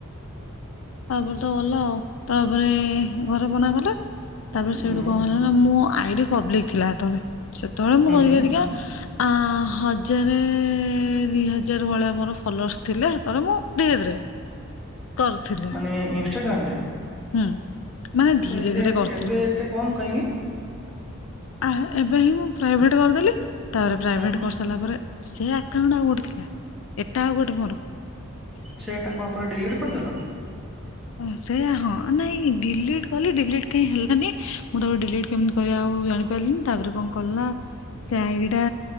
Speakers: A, on the left; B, in the centre.
A: ତାପ ତ ଗଲା ଆଉ ତାପରେ ଘରେ ମନା କଲେ। ତାପରେ ସେଇଠୁ
B: ଉଁ
A: କଣ ହେଲା ନା ମୋ ଆଡି ପବ୍ଲିକ ଥିଲା ସେତେବେଳେ ସେତେବେଳେ ମୁଁ
B: ହୁଁ
A: କରି
B: ହୁଁ
A: କରି ଆ ହଜାର ଦି ହଜାର ଭଳିଆ ମୋର ଫଲୋସ ଥିଲେ ହେଟିକ ହେତେତଲାଲଳେ ମୁଁ ଧୀରେ ଧୀରେ କରୁଥିଲି
B: ମାନେ ଇନଷ୍ଟାଗ୍ରାମ ରେ
A: ହୁଁ ମାନେ ଧୀରେ
B: ତ ଏତେ
A: ଧୀରେ କରିଥିଲି
B: ଏବେ ଏତେ କମ କାହିଁକି?
A: ଆ ଏବେ ହିଁ ମୁଁ ପ୍ରାଇଭେଟ କରିଦେଲି ତାପରେ ପ୍ରାଇଭେଟ୍
B: ହୁଁ
A: କରିସାରିଲା ପରେ ସେ ଆକାଉଣ୍ଟୁ ଆଉ ଗୋଟେ ଥିଲା ଏଟା ଆଉ ଗୋଟେ ମୋର
B: ସେଟା କଣ ପୁରା ଡିଲେଟ କରିଦେଲ?
A: ହଁ ସେଇୟା ହଁ ନାଇଁ ଡିଲେଟ କଲି ଡିଲେଟ କାଇ ହେଲା ନି୍। ମାନେ ମୁଁ ତାକୁ ଡିଲେଟେ୍ କେମିତି କରିବା ଆଉ ଜାଣିପାରିଲିନି ତାପରେ କଣ କଲା ସେ ଆଗଟା